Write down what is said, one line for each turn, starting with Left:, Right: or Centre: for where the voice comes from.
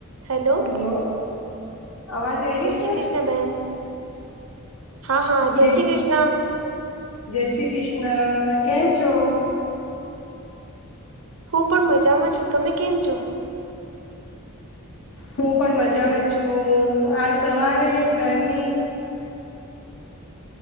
Right: Hello
Left: hello અવાજ આઈ રહી
Right: જય
Left: છે
Right: શ્રી કૃષ્ણ બહેન હા હા જય
Left: જે
Right: શ્રી કૃષ્ણ
Left: જય શ્રી કૃષ્ણ કેમ છો
Right: હું પણ મજામાં છું તમે કેમ છો
Left: હું પણ મજામાં છું આજ સવારે ઘરની